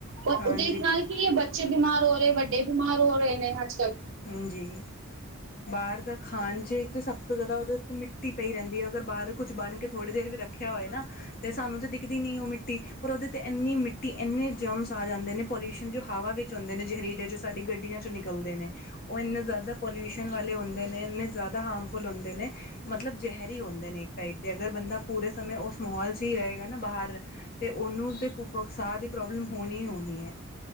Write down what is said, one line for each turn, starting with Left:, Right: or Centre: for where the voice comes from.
Right: ਉਹਦੇ
Left: ਹਾਂਜੀ
Right: ਨਾਲ ਕੀ ਏ ਬੱਚੇ ਬਿਮਾਰ ਹੋ ਰਹੇ। ਵੱਡੇ ਬਿਮਾਰ ਹੋ ਰਏ ਨੇ ਅੱਜਕਲ
Left: ਹਾਂਜੀ, ਬਾਹਰ ਦਾ ਖਾਣ 'ਚ ਏ ਤੇ ਸਭ ਉਹਦੇ ਉਤੇ ਮਿੱਟੀ ਪਈ ਰਹਦੀ ਐ, ਅਗਰ ਬਾਹਰ ਕੁੱਝ ਬਣ ਕੇ ਥੋੜੀ ਦੇਰ ਵੀ ਰੱਖਿਆ ਹੋਏ ਨਾ ਤੇ ਸਾਨੂੰ ਤਾਂ ਦਿਖਦੀ ਨਹੀਂ ਉਹ ਮਿੱਟੀ, ਪਰ ਉਹਦੇ 'ਤੇ ਇੰਨੀ ਮਿੱਟੀ ਇੰਨੇ ਜਮਸ ਆ ਜਾਂਦੇ ਨੇ ਪੋਲਿਊਸ਼ਨ ਜੋ ਹਵਾ ਵਿੱਚ ਆਉਂਦੇ ਨੇ ਜ਼ਹਿਰੀਲ ਚ ਸਾਡੀ ਗੱਡੀਆਂ ਚੋਂ ਨਿਕਲਦੇ ਨੇ ਉਹ ਇੰਨੇ ਜ਼ਿਆਦਾ ਪੋਲਿਊਸ਼ਨ ਵਾਲੇ ਹੁੰਦੇ ਨੇ ਇੰਨੇ ਜ਼ਿਆਦਾ ਹਾਰਮਫੁੱਲ ਹੁੰਦੇ ਨੇ ਮਤਲਬ ਜ਼ਹਿਰੀ ਹੁੰਦੇ ਨੇ ਇੱਕ ਟਾਈਪ ਦੇ ਅਗਰ ਬੰਦਾ ਪੂਰੇ ਸਮੇ ਉਸ ਮਾਹੌਲ 'ਚ ਈ ਰਹੇਗਾ ਨਾ ਬਾਹਰ- ਤੇ ਉਹਨੂੰ ਤਾਂ ਸਾਹ ਦੀ ਪ੍ਰੋਬਲਮ ਹੋਣੀ -ਹੋਣੀ ਐ।